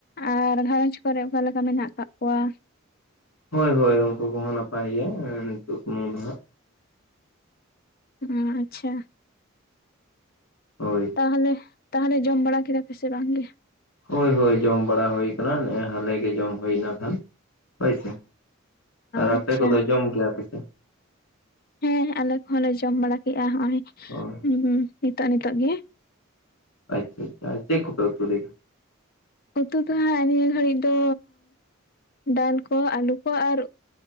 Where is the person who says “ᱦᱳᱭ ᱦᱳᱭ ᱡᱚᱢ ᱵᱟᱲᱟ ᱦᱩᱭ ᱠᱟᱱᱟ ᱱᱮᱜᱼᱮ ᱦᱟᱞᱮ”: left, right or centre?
Left